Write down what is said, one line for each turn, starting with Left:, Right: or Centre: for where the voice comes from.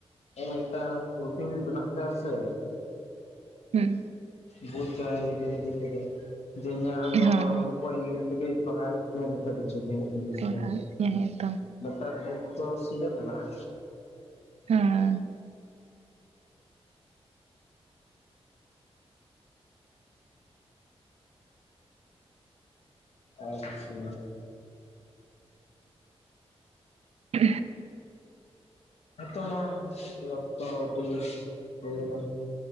Left: ᱢᱤᱫᱴᱟᱝ ᱨᱩᱴᱤᱱ ᱵᱮᱱᱟᱜ ᱛᱟᱭᱟ ᱥᱮ
Right: ᱦᱮᱸ
Left: ᱵᱩᱡᱽ ᱪᱟᱭ ᱱᱤᱡᱮ ᱱᱤᱡᱮ ᱛᱮᱜᱮ ᱡᱮᱧᱮᱞ ᱨᱮᱱ ᱫᱚ
Right: ᱦᱚᱸ
Left: ᱚᱠᱚᱭ ᱵᱟᱹᱱᱩᱜᱼᱟ ᱤᱧ ᱱᱤᱡᱮᱛᱮ ᱜᱮ ᱵᱟᱜᱟᱣ ᱦᱳᱭᱳᱜ ᱛᱤᱧᱟ ᱡᱚᱛᱚ ᱠᱤᱪᱷᱩ ᱡᱤᱱᱤᱥ
Right: ᱠᱚᱨᱟᱣ
Left: ᱫᱚ
Right: ᱦᱩᱭᱩᱜ ᱛᱤᱧᱟᱹ ᱦᱮᱸᱛᱚ
Left: ᱱᱮᱛᱟᱨ ᱴᱟᱭᱤᱯ ᱫᱚ ᱥᱤᱞᱟᱹ ᱦ ᱢᱮᱱᱟᱜᱼᱟ
Right: ᱦᱮᱸ
Left: ᱟᱪᱪᱷᱟ
Right: ᱮ
Left: ᱛᱚ ᱢᱟ ᱚᱠᱛᱚ ᱦᱩᱭᱮᱱᱟ